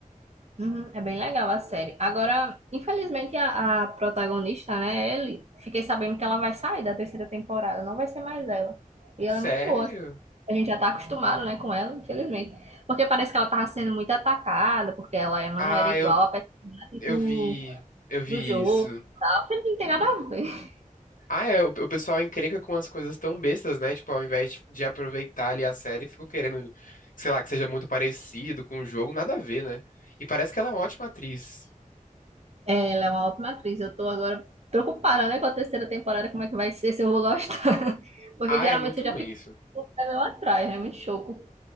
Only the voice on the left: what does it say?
Sério?
Ah,
eu,
eu
vi, eu vi
isso.
Ah, é, o, o pessoal encrenca com as coisas tão bestas, né? Tipo, ao invés de, de aproveitar ali a série, ficam querendo, sei lá, que seja muito parecido com o jogo, nada a ver, né? E parece que ela é uma ótima atriz.
Ah,
é muito
ruim
isso.